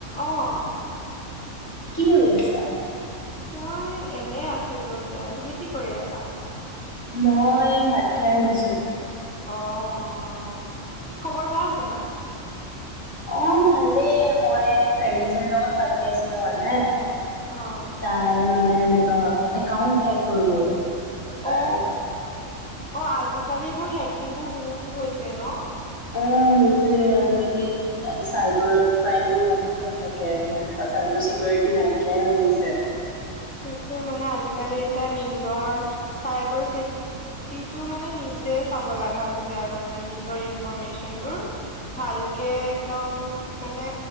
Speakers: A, in the centre; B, on the left.
A: অ'।
B: কি কৰি আছা?
A: মই এনে আছিলোঁ দিয়া। তুমি কি কৰি আছা?
B: মই ভাত খাই আছোঁ।
A: অ', অ', খবৰ ভাল তোমাৰ?
B: অ', ভালেই মই ফ্ৰেণ্ড এজনীৰ লগত পাতি আছিলোঁ মানে
A: অ',।
B: তাইৰ মানে এনেকুৱা একাউন্ট হেক হৈ গ'ল তাই
A: অ অ', আজিকালি এইবোৰ হেকিং বোৰ বহুত হৈছে ন।
B: অ', হৈছে আজিকালি চাইবাৰ ক্ৰাইম বি বহুত হৈ থাকে মানে।
A: উম
B: চাইবাৰ চিকিউৰিটি নাইকিয়াই হৈ গৈছে।
A: সেইটো মানে আজিকালি এতিয়া নিজৰ চাইবাৰ চেফটি টিতো মানে নিজে চাব লাগা হৈছে আৰু মানে নিজৰ ইনফৰ্মেচন বোৰ ভালকে একদম মানে